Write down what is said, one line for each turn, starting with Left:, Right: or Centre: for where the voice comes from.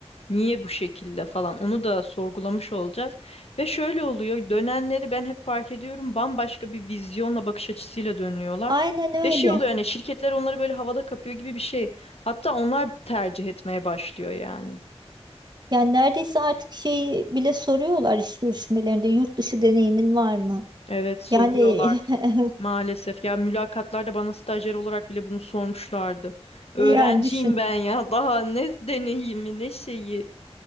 Left: Niye bu şekilde falan onu da sorgulamış olacağız. Ve şöyle oluyor dönenleri ben hep fark ediyorum bambaşka bir vizyonla bakış açısıyla dönüyorlar.
Right: aynen öyle
Left: Ve şey oluyor hani şirketler onları böyle havada kapıyor gibi bir şey. Hatta onlar tercih etmeye başlıyor yani.
Right: yani neredeyse artık şeyi bile soruyorlar iş görüşmelerinde yurt dışı deneyimin var mı
Left: Evet soruyorlar
Right: yani <laughs>
Left: maalesef. Ya mülakatlarda bana stajyer olarak bile bunu sormuşlardı. Öğrenciyim
Right: yani düşün
Left: ben ya <laughs> daha ne deneyimi ne şeyi.